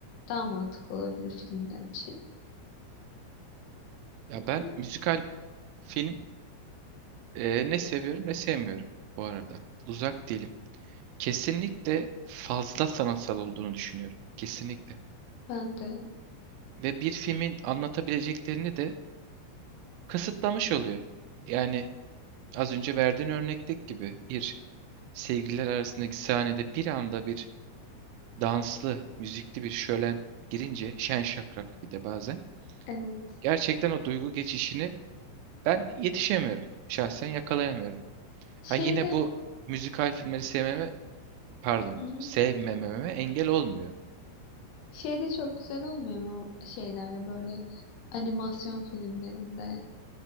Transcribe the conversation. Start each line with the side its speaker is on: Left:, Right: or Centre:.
Left: daha mantıklı olabilir filmler için.
Right: Ya ben
Left: Bil-
Right: müzikal film Ee, ne seviyorum ne sevmiyorum bu arada. Uzak değilim. Kesinlikle fazla sanatsal olduğunu düşünüyorum. Kesinlikle.
Left: Ben de
Right: Ve bir filmin anlatabileceklerini de kısıtlamış oluyor. Yani az önce verdiğin örnekteki gibi bir sevgililer arasındaki sahnede bir anda bir danslı, müzikli bir şölen girince şen şakrak bir de bazen.
Left: evet.
Right: Gerçekten o duygu geçişini ben yetişemiyorum. Şahsen yakalayamıyorum.
Left: Şeyde
Right: Ha yine
Left: ama
Right: bu müzikal filmleri sevmeme pardon
Left: <laughs>
Right: sevmememe engel olmuyor.
Left: Şey de çok güzel olmuyor mu şeylerde böyle animasyon filmlerinde